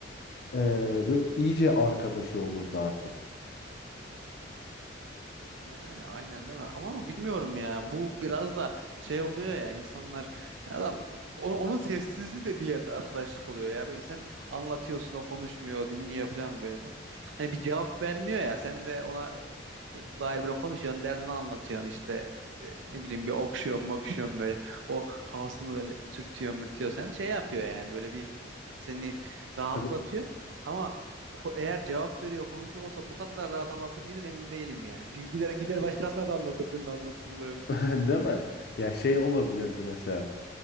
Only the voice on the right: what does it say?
Yani aynen değil mi? Ama bilmiyorum ya. Bu biraz da şey oluyor ya insanlar adam o- onun sessizliği de bir yerde arkadaşlık oluyor ya. Böyle sen anlatıyorsun o konuşmuyor, dinliyor falan böyle. Hani bir cevap vermiyor ya. Sen de ona e, dair böyle konuşuyorsun, derdini anlatıyorsun işte. E, ne bileyim bir okşuyorsun, bakışıyorsun böyle. O kafasını böyle sürtüyor, mürtüyor. Sen şey yapıyor yani böyle bir seni rahatlatıyor.
Ama ko- eğer cevap veriyor, konuşuyor olsa bu kadar rahat anlatır mıydın emin değilim yani. Çünkü gider gider başkasına da anlatırdın anlattıklarını.